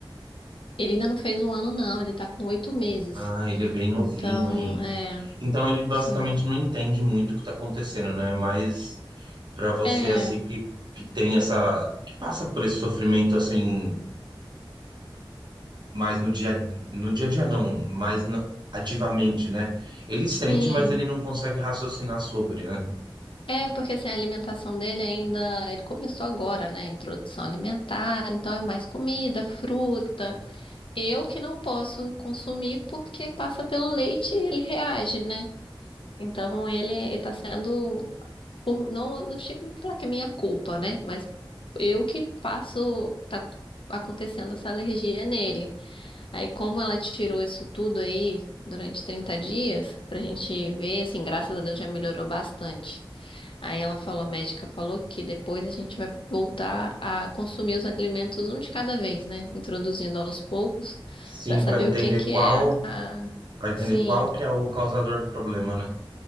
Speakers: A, on the left; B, on the right.
A: Ele ainda não fez um ano, não, ele tá com oito meses.
B: Ah, ele é bem novinho
A: Então,
B: ainda.
A: é,
B: Então ele basicamente
A: sim.
B: não entende muito o que está acontecendo, né? Mas para você
A: É,
B: assim que, que tem essa que passa por esse sofrimento assim mais no dia no dia a dia não, mais na- ativamente, né? Ele
A: sim.
B: sente, mas ele não consegue raciocinar sobre, né?
A: É, porque assim, a alimentação dele ainda. Ele começou agora, né? Introdução alimentar, então é mais comida, fruta. Eu que não posso consumir porque passa pelo leite e ele reage, né? Então ele, ele tá sendo por não, não chego a falar que é minha culpa, né? Mas eu que passo, tá acontecendo essa alergia nele. Aí, como ela tirou isso tudo aí durante 30 dias, pra gente ver, assim, graças a Deus já melhorou bastante. Aí ela falou, a médica falou que depois a gente vai voltar a consumir os alimentos um de cada vez, né? Introduzindo aos poucos,
B: Sim,
A: pra saber
B: para entender
A: o que que
B: qual
A: é a, a,
B: para entender
A: sim,
B: qual que é o causador do problema, né?